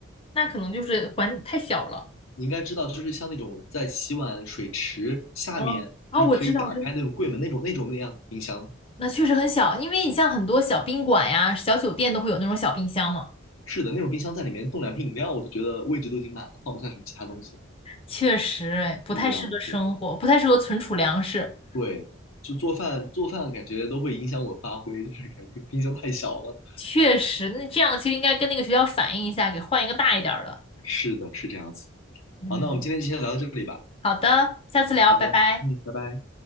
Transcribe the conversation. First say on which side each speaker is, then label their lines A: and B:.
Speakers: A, on the left; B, on the left.
A: 那可能就是环太小了。
B: 你应该知道，就是像那种在洗碗水池下面，
A: 啊啊，
B: 就是可以打开那种柜门那种那种那样子冰箱。
A: 我知道，我知道，那确实很小，因为你像很多小宾馆呀、小酒店都会有那种小冰箱嘛。
B: 是的，那种冰箱在里面冻两瓶饮料，我都觉得位置都已经满了，放不下什么其他东西，
A: 确实，哎，不太适合生活，
B: 就这样子。
A: 不太适合存储粮食。
B: 对，就做饭做饭感觉都会影响我发挥，就是感觉冰箱太小了。
A: 确实，那这样其实应该跟那个学校反映一下，给换一个大一点儿的。
B: 是的，是这样子。
A: 嗯，
B: 好，那我们今天就先聊到这里吧。
A: 好的，下次聊，
B: 好的，
A: 拜拜。
B: 嗯，拜拜。